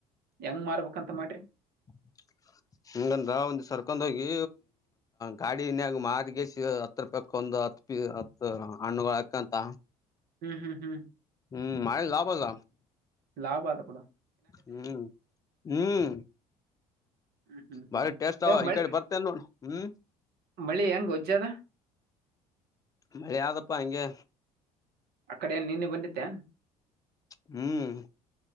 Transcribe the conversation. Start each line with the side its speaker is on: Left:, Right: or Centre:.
Right: ಹೆಂಗ್ ಮಾಡ್ಬೇಕ ಅಂತ ಮಾಡ್ರಿ
Left: <unintelligible> ಹಂಗಂದ್ರ ಒಂದ್ ಸರ್ಕೊಂಡ ಹೋಗಿ ಗಾಡನ್ಯಾಗ ಮಾರಗಸ ಹತ್ರ ರೂಪಾಯಕ್ ಒಂದು ಒಂದು ಹ ಪಿ ಹತ್ತು ಹಣ್ಣುಗಳ ಹಕಂತ
Right: ಹ್ಮ್ ಹ್ಮ್ ಹ್ಮ್
Left: ಹ್ಮ್ ಮ ಲಾ ಬಲ್ಲ
Right: ಲಾಭ ಅದಪೂಡ
Left: ಹ್ಮ್ ಹ್ಮ್
Right: ಹ್ಮ್ ಹ್ಮ್
Left: ಮಾರಿ
Right: ಹ್ಮ್
Left: ಸ್ಟ್ ಆ
Right: ಯಾವ ಮಳಿ
Left: ಈಕ ಬರ್ತ ಹ್ಮ್
Right: ಮಳಿ ಹೆಂಗ್ ಒಜ್ಜದ
Left: ಮಳೆ ಯಾವ್ದಪ್ಪಾ ಹಂಗೆ
Right: ಆ ಕಡೆ ನಿನ್ನೆ ಬಂದತ್ತೇ
Left: ಹ್ಮ್